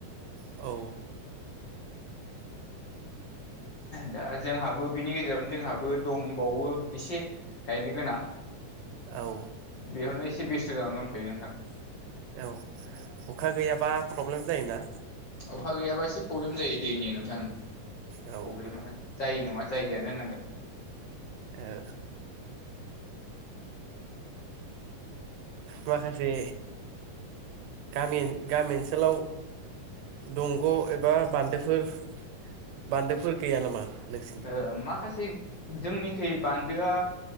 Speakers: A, on the right; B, on the left.
A: औ
B: दा जोंहाबो बिनि गेजेरावनो जोंहाबो दंबावो एसे गायनो गोनां
A: औ
B: बेयावनो एसे बेस्थ जानानै दंथयो नोंथां
A: औ अखा गैयाबा प्रब्लेम जायोना
B: अखा गैयाबा एसे प्रब्लेम जायो दैनि नोंथां प्रब्लेमा
A: औ ओ
B: जाइ नंङा जायोआनो होननांगोन
A: ओ-ओ माखासे बे गामि-गामि ओनसोलाव दंग एबा बान्दोफोर-बान्दोफोर गैया नामा नोंसिनिखै
B: ओ माखासे जोंनिखै बान्दोआ